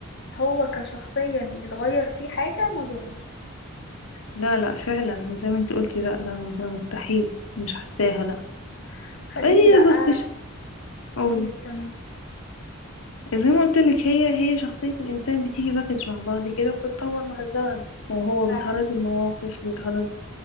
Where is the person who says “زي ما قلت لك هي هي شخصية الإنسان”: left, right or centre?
Left